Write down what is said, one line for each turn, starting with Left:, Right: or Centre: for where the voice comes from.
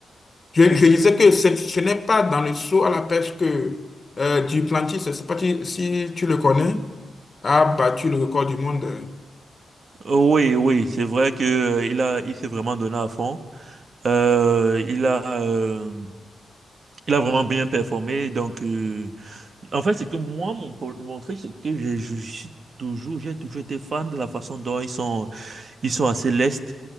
Left: Je, je disais que ce, ce n'est pas dans le saut à la pêche que euh, Duplantis, je ne sais pas si si tu le connais, a battu le record du monde.
Right: Oh, oui, oui, c'est vrai que euh, il a, il s'est vraiment donné à fond. Euh, il a, euh, il a vraiment bien performé. Donc, euh, en fait, c'est que moi, mon, pro- mon truc, c'est que j'ai- je suis toujours, j'ai toujours été fan de la façon dont ils sont Ils sont assez lestes.